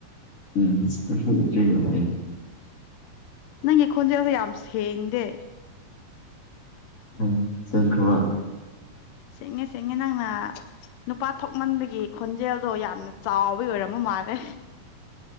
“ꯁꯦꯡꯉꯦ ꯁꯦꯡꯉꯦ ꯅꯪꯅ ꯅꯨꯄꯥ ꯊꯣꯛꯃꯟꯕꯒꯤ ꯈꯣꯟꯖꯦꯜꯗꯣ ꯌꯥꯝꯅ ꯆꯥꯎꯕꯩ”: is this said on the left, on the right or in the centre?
Left